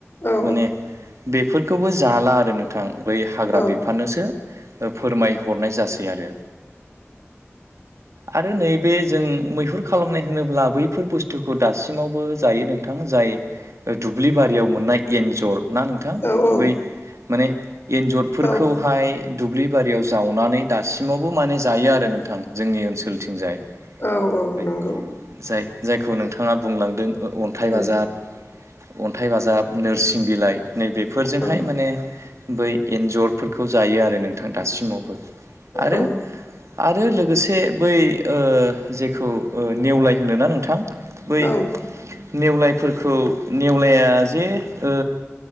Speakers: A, on the left (about 55°); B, on the right (about 80°).
A: औ
B: माने बेफोरखौबो जाला आरो नोंथां बै हाग्रा
A: औ
B: बिफाननोसो फोरमायहरनाय जासै आरो आरो नैबे जों मैहुर खालामनाय होनोब्ला बैफोर बुस्थुखौ दासिमावबो जायो नोंथां जाय दुब्लि बारि एयाव मोननाय एन्जर ना नोंथां
A: औ औ
B: बै माने एन्जरफोरखौहाय
A: औ
B: दुब्लि बारियाव जावनानै दासिमावबो माने जायो आरो नोंथां जोंनि ओनसोलथिंजाय।
A: औ औ
B: बै
A: नंगौ।
B: जाय जायखौ नोंथाङा बुंलांदों अन्थाइ
A: औ
B: बाजाब अन्थाइ बाजाब नोरसिं बिलाइ नैबेफोरजोंहाय
A: औ
B: माने बै एन्जरफोरखौ जायो आरो नोंथां दासिमावबो आरो
A: औ
B: आरो लोगोसे बै ओ जे खौ नेवलाय होनो ना नोंथां बै
A: औ
B: नेवलायफोरखौ नेवलाया जे ओ